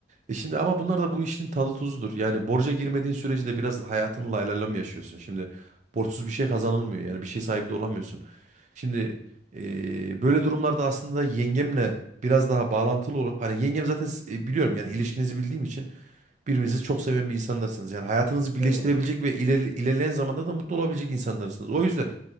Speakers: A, on the right; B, on the left.
A: E şimdi ama bunlar da bu işin tadı tuzudur. Yani borca girmediğin sürece de biraz hayatını lay lay lam yaşıyorsun. Şimdi borçsuz bir şey
B: Hı
A: kazanılmıyor.
B: hı.
A: Yani bir şey sahibi de olamıyorsun. Şimdi e, böyle durumlarda aslında yengemle biraz daha bağlantılı olup hani yengem zaten s- e, biliyorum yani ilişkinizi bildiğim için birbirinizi çok seven bir insanlarsınız. Yani hayatınızı birleştirebilecek
B: Eyvallah.
A: ve ileri- ilerleyen zamanda da mutlu olabilecek insanlarsınız. O yüzden